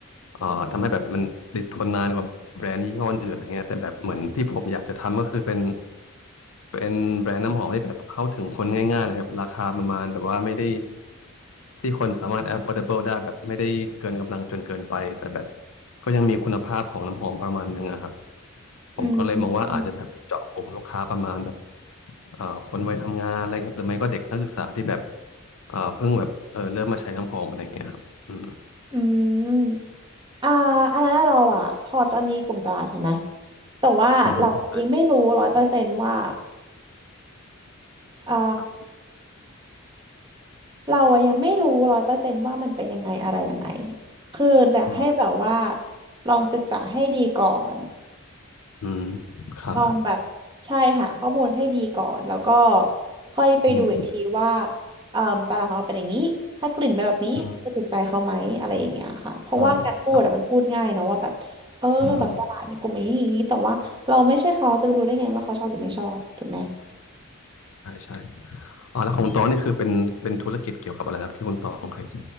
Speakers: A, on the left; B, on the right.
A: เอ่อทำให้แบบมันติดทนนานกว่าแบรนด์ยี่ห้ออื่นอะไรเงี้ยแต่แบบเหมือนที่ผมอยากจะทำก็คือเป็นเป็นแบรนด์น้ำหอมที่แบบเข้าถึงคนง่ายๆเลยครับราคาประมาณแบบว่าไม่ได้ที่คนสามารถ affordable ได้แบบไม่ได้เกินกำลังจนเกินไปแต่แบบก็ยังมีคุณภาพของน้ำหอมประมาณหนึงอะครับผมก็เลยมองว่าอาจจะแบบเจาะกลุ่มลูกค้าประมาณแบบ
B: อืมอืม
A: เอ่อคนวัยทำงานอะไรครับหรือไม่ก็เด็กนักศึกษาที่แบบเอ่อเพิ่งแบบเออเริ่มมาใช้น้ำหอมอะไรอย่างเงี้ยครับอืม
B: อืมอ่าอันนั้นเราอะพอจะมีกลุ่มตลาดเห็นไหมแต่ว่าเรายังไม่รู้ร้อยเปอร์เซนต์ว่า
A: อืม
B: อ่า
A: ครับ
B: เราอะยังไม่รู้ร้อยเปอร์เซนต์ว่ามันเป็นยังไงอะไรยังไงคืออยากให้แบบว่า
A: อืม
B: ลองศึกษาให้ดีก่อน
A: อืมครับ
B: ลองแบบใช่หาข้อมูลให้ดีก่อนแล้วก็ค่อยไปดูอีกทีว่า
A: อืม
B: เอ่อตลาดของเราเป็นอย่างนี้ถ้ากลิ่นเป็นแบบนี้จะถูกใจเขาไหมอะไรอย่างเงี้ยค่ะเพราะว่าการพูดอะมันพูดง่ายเนาะว่าแบบเออแบบตลาดในกลุ่มอย่างนี้อย่างนี้แต่ว่าเราไม่ใช่เขาเราจะไปรู้ได้ไงว่าเขาชอบหรือไม่ชอบถูกไหม
A: อืมอืมครับอืมอืมใช่ใช่อ๋อแล้วของตองนี่คือเป็นเป็นธุรกิจเกี่ยวกับอะไรครับที่คุณตองเคย